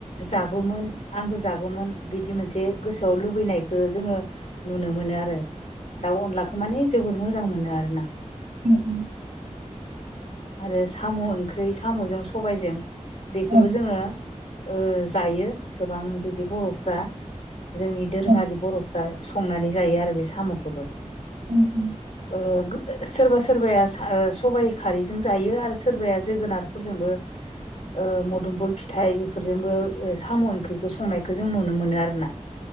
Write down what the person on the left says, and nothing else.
जागौमोन आंबो जागौमोन बिदि मोनसे गोसोआव लुबैनायखो जोङो नुनो मोनो आरो दाउ अनलाखौ माने जोबोर मोजां मोनो आरोना।
आरो साम' ओंख्रै साम'जों सबायजों बेखौबो
जोङो ओ जायो गोबां बिदि बर'फ्रा। जोंनि दोरोङारि
बरफ्रा संनानै जायो आरो बे साम'खोबो।
ओ गो ओ सोरबा सोरबाया सा ओ सबाइ खारैजों जायो आरो सोरबाया जोगोनार फोरजोंबो ओ मोदोमफुल फिथाइ बेफोरजोंबो ओ साम' ओंख्रिखौ संनायखो जों नुनो मोनो आरोना।